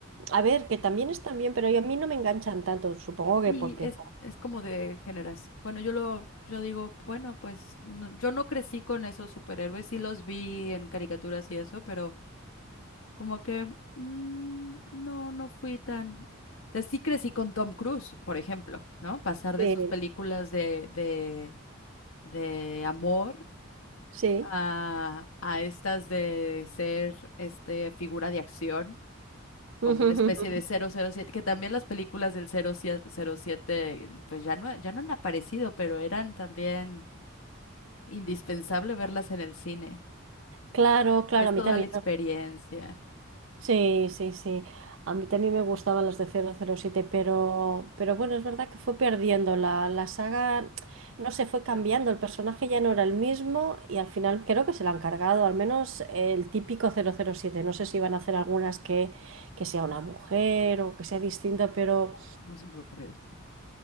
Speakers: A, on the right; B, on the left.
A: A ver, que también están bien, pero yo- a mí no me enganchan tanto, supongo que
B: Y
A: porque...
B: es, es como de generación. Bueno, yo lo, yo digo, bueno, pues no- yo no crecí con esos superhéroes, sí los vi en caricaturas y eso, pero como que mm, no, no fui tan. O sea, sí crecí con Tom Cruise, por ejemplo, ¿no? Pasar
A: Sí,
B: de sus películas de, de, de amor
A: sí.
B: a, a estas de ser este figura de acción como
A: <laughs>
B: una especie de cero cero siete que también las películas del cero cero siete pues ya no, ya no han aparecido, pero eran también indispensable verlas en el cine.
A: Claro, claro,
B: Es
A: a
B: toda
A: mí también.
B: la experiencia.
A: Sí, sí, sí. A mí también me gustaban las de cero cero siete, pero, pero bueno, es verdad que fue perdiendo la, la saga, no sé, fue cambiando, el personaje ya no era el mismo y al final creo que se la han cargado, al menos el típico cero cero siete, No sé si van a hacer algunas que, que sea una mujer o que sea distinta, pero...
B: Oh, No se me ha ocurrido.